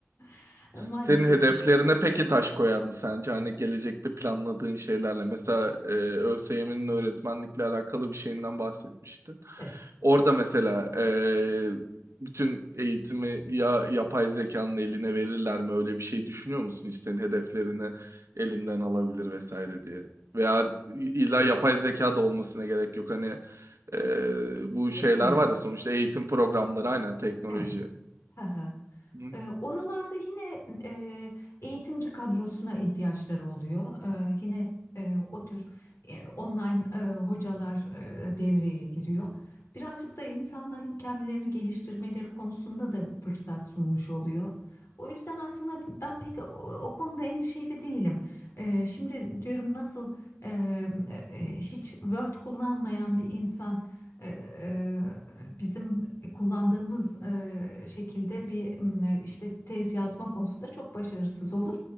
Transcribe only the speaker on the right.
Senin hedeflerine peki taş koyar mı sence? Hani gelecekte planladığın şeylerle. Mesela e, ÖSYM'nin öğretmenlikle alakalı bir şeyinden bahsetmiştin.
Orada mesela e, bütün eğitimi ya yapay zekanın eline verirler mi? Öyle bir şey düşünüyor musun? İşte senin hedeflerini elinden alabilir vesaire diye. Veya illa
yapay zeka da olmasına gerek yok. Hani e, bu şeyler
var ya sonuçta eğitim programları aynen teknoloji.
Hı